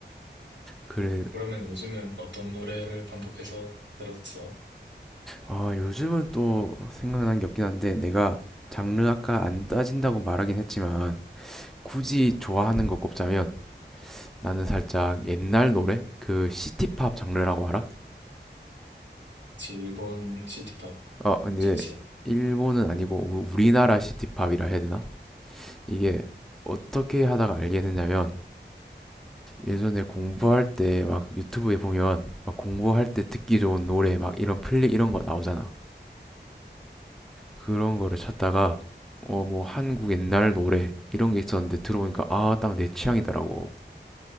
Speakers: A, in the centre; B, on the right.
A: 그래.
B: 어, 그러면 요즘은 어떤 노래를 반복해서 들었어?
A: 아, 요즘은 또 생각나는 게 없긴 한데 내가 장르 아까 안 따진다고 말하긴 했지만 굳이 좋아하는 거 꼽자면 나는 살짝 옛날 노래? 그 시티팝 장르라고 알아?
B: 그치, 일본 시티팝
A: 어, 근데
B: 좋지.
A: 일본은 아니고 우- 우리나라 시티팝이라 해야 되나? 이게 어떻게 하다가 알게 됐냐면 예전에 공부할 때 막 유튜브에 보면 막 공부할 때 듣기 좋은 노래 막 이런 플리 이런 거 나오잖아. 그런 거를 찾다가 어 뭐 한국 옛날 노래 이런 게 있었는데 들어보니까 아 딱 내 취향이더라고.